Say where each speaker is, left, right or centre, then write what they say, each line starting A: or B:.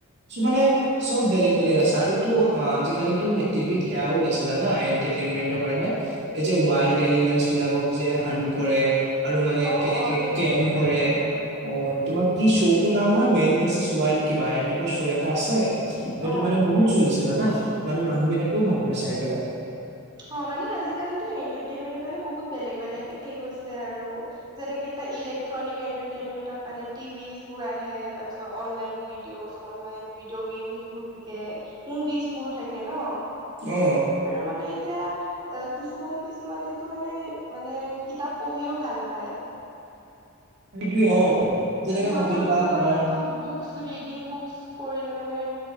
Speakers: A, on the right; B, on the right.
A: চ মানে
B: উম
A: চব বেলেগ-বেলেগ আছে আৰু টো অ', আজিটো টিভিত সেয়া ওলাইছে জানা এটাৰেইনমেন্টৰ কাৰণে এই যে ৱাইল্ড এনিমেলছ বিলাকৰ যে হান কৰে। আৰু মানে
B: অ
A: কেনেকে
B: অ সেইবোৰতো
A: কেম
B: থাকেই
A: কৰে
B: বাৰু
A: অ' তোমাৰ কি শ্ব'তটো নাম হয় মেইন। চল কিবা এনেকুৱা চ এটা আছে সটো
B: অ
A: মানে বহুত চলিছে জানা। মানে মানুহ বিলাকেও ভাল পাইছে চাই পেলাই।
B: অ' মানে আজিকালিটো এনটাৰটেইনমেন্টৰ কাৰণে বহুত বেলেগ-বেলেগে গৈছে আৰু যেনেকে এটা ইলেক্ট্ৰনিক এন্টাৰটেইনমেন্টত মানে টিভি বোৰ আহে তাৰ পিছত অনলাইন ভিডিঅ' অনলাইন। ভিডিঅ গেমোৰ থাকে মুভিচ বোৰ থাকে ন
A: অ
B: আৰু মানে, এতিয়া কিছুমান-কিছুমানে তো মানে-মানে কিতাপ পঢ়িও ভাল পায়।
A: সেইটোৱে অ', যেনেকে
B: সিহটো
A: ভাবি লোৱা
B: মানে
A: কাৰোবাৰ
B: সেইটো বুকচ ৰিদিং বুকছ কৰিলে মানে